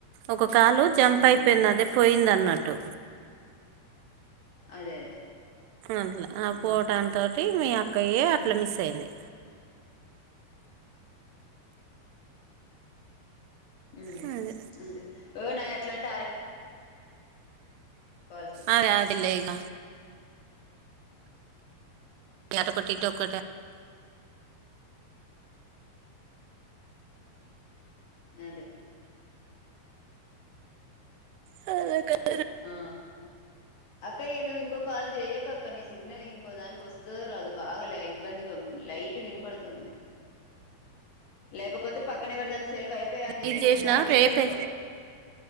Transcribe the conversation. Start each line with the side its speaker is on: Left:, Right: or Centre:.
Right: ఒక కాలు జంప్
Left: ఉమ్
Right: అయిపోయింది అదే పోయింది అన్నట్టు
Left: అదే అదే
Right: అట్లా పోవటంతో
Left: ఉమ్
Right: మీ అక్కయ్య అట్లా మిస్ అయింది
Left: మ్మ్
Right: అదే
Left: అదే వునా ఎట్లాంటి కాల్స్
Right: అదే అది లే ఇగ ట కొటి ఒక
Left: అదే
Right: ఆ
Left: ఆ అక్క ఏను ఇంకో కాల్ చెయ్యక కానీ సిగ్నల్ ఇంకో దానికి వస్త అదు బాగా ఇబ్బందిగా లైట్ వినపడుతుంది లేకపోతే పక్కన ఎవరు తన సెల్ వైపే ఆన్ చేసి
Right: ఇది చేసినా
Left: నీది ఆన్ చేసి
Right: రేపే
Left: పెట్టుకో